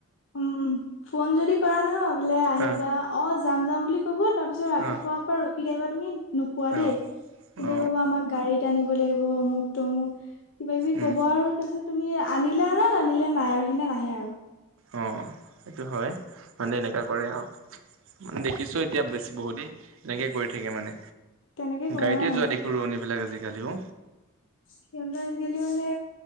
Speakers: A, on the left (about 65°); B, on the right (about 75°).
A: উম, ফোন যদি কৰা নহয় বোলে আহিবা
B: অ
A: অ', যাম- যাম বুলি ক'ব তাৰপিছত ৰাতিপুৱাৰ
B: অ
A: পৰা ৰখি থাকিবা তুমি নোপোৱা দেই।
B: অ
A: সিহঁতি
B: অ
A: ক'ব আমাক গাড়ীত আনিব লাগিব অমুক তমুক, কিবা কিবি
B: উম
A: কব আৰু তাৰপিছত তুমি আনিলে আনা নানিলে নাই আৰু সিদিনা নাহে আৰু।
B: অ', সেইটো হয়, মানে এনেকুৱা কৰে আৰু। মানে দেখিছো এতিয়া বেছি বহুতেই, এনেকে কৰি থাকে মানে।
A: তেনেকে কৰে
B: গাড়ীতে
A: অ
B: যোৱা দেখো ৰোৱনী বিলাক আজিকালিও।
A: সিহঁতে আজি কালি মানে